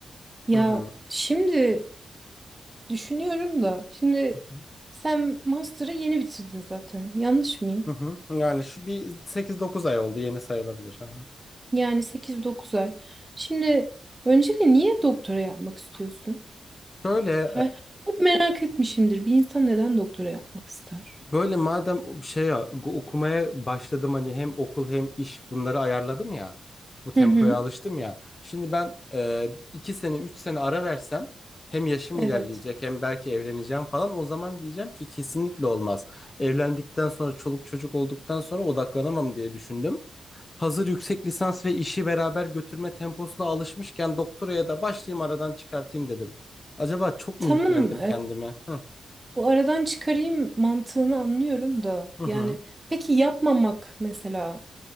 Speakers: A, on the right; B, on the left.
A: Ya
B: Hı hı.
A: şimdi düşünüyorum da şimdi
B: Hı hı.
A: sen master'ı yeni bitirdin zaten. Yanlış mıyım?
B: Hı hı. Yani şu bir sekiz dokuz ay oldu yeni sayılabilir. Hı hı.
A: Yani sekiz dokuz ay. Şimdi öncelikle niye doktora yapmak istiyorsun?
B: Şöyle
A: He, hep merak etmişimdir. Bir insan neden doktora yapmak ister?
B: Böyle madem o- şey ya, gu- okumaya başladım hani hem okul hem iş bunları ayarladım ya. Bu tempoya
A: Hı hı.
B: alıştım ya. Şimdi ben e, iki sene üç sene ara versem hem yaşım
A: Evet.
B: ilerleyecek hem belki evleneceğim falan. O zaman diyeceğim ki kesinlikle olmaz. Evlendikten sonra çoluk çocuk olduktan sonra odaklanamam diye düşündüm. Hazır yüksek lisans ve işi beraber götürme temposuna alışmışken doktoraya da başlayayım aradan çıkartayım dedim. Acaba çok
A: Tamam.
B: mu yüklendim kendime? Hı
A: Bu aradan çıkarayım mantığını anlıyorum da.
B: hı.
A: Yani
B: hı.
A: peki yapmamak mesela